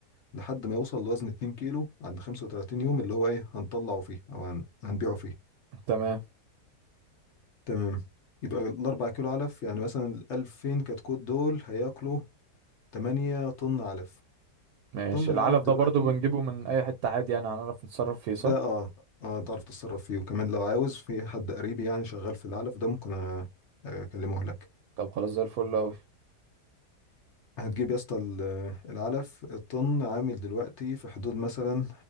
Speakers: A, on the left; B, on the right.
A: لحد ما يوصل لوزن 2 كيلو عند 35 يوم اللي هو ايه هنطلعه فيه او هن... هنبيعه فيه
B: تمام
A: تمام يبقى الأربع كيلو علف يعني مثلا الألفين كتكوت دول هياكلوا 8 طن علف
B: ماشي
A: طن العلف
B: العلف
A: دلوقتي
B: ده برضو بنجيبه من اي حتة عادي يعني هنعرف نتصرف فيه صح
A: ده اه اه تعرف تتصرف فيه وكمان لو عاوز في حد قريب يعني شغال في العلف ده ممكن أ- أكلمه لك
B: طب خلاص زي الفل اوي
A: هتجيب يا اسطى ال- العلف الطن عامل دلوقتي في حدود مثلا